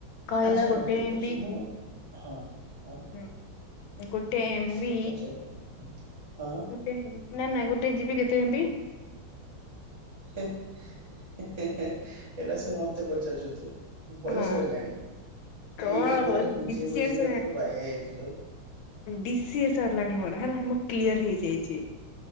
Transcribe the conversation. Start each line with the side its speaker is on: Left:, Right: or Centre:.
Left: କହିଲା
Right: ଆଚ୍ଛା
Left: ଗୋଟେ
Right: ହଉ ଠିକ ଅଛି
Left: ବି
Right: ମୁଁ ହଁ ଆଁ।
Left: ହୁଁ। ଗୋଟେ ଏମବି
Right: ପଚାର ହଁ।
Left: ସେଇ ନା ନା ଗୋଟେ ଜି ବି କେତେ ଏମ୍ବି।
Right: ହେ ହେ ହେ ହେ ଏଟା ସବୁ ମତେ ପଚାରୁଚୁ ତୁ। ବୟସ
Left: ହଁ
Right: ହେଲାଣି
Left: କଣ
Right: ଏଇଟାକୁ ବା ତତେ ବୁଝେଇ
Left: ବିସିଏସ୍
Right: ବୁଝିଇକି ତୋର ବାୟା ହେଇଯାଇଥିଲୁ।
Left: ବି ସି ଏ ସରିଲାଣି ମୋର ହେଲା ମୁଁ କ୍ଲିୟର ହେଇଯାଇଛି।